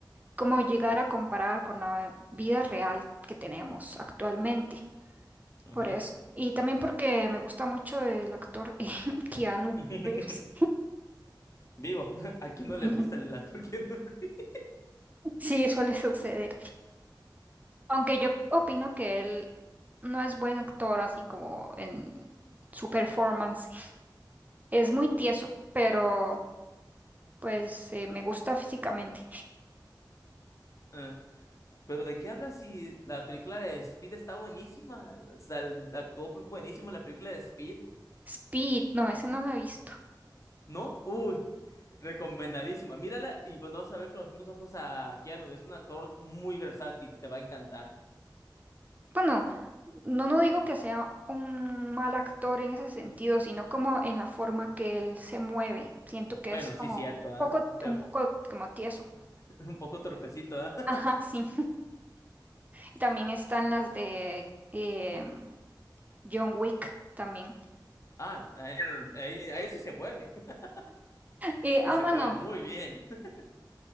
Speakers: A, on the right; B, on the left.
A: como llegar a comparar con la vida real que tenemos actualmente.
B: Ujú.
A: por eso. Y también porque me gusta mucho el actor <laughs> Keanu
B: <laughs>
A: Reeves.
B: Digo, <laughs> ¿a quién
A: <laughs>
B: no le gusta el actor Keanu Reeves? <laughs>
A: Sí, suele suceder. Aunque yo opino que él no es buen actor, así como en su performance. Es muy tieso, pero pues eh, me gusta físicamente.
B: Ah, Pero ¿de qué hablas si la película de Speed está buenísima? O sea, el- actuó buenísimo en la película de Speed,
A: Speed, no, esa no la he visto.
B: ¿no? Uy, recomendadísima. Mírala y bueno, vas a ver con los mismos ojos a Keanu. Es un actor muy versátil, te va a encantar.
A: Bueno, no, no digo que sea un mal actor en ese sentido, sino como en la forma que él se mueve. Siento que
B: Bueno,
A: es como
B: sí, cierto, ¿ah?
A: poco,
B: Se-
A: un poco como tieso.
B: <laughs> Un poco torpecito, ¿ah? <laughs>
A: Ajá, sí. Y también están las de eh, John Wick también.
B: Ah, ahí, ahí- ahí sí se mueve. <laughs>
A: Y,
B: Y
A: ah,
B: se
A: bueno,
B: mueve muy
A: <laughs>
B: bien. <laughs>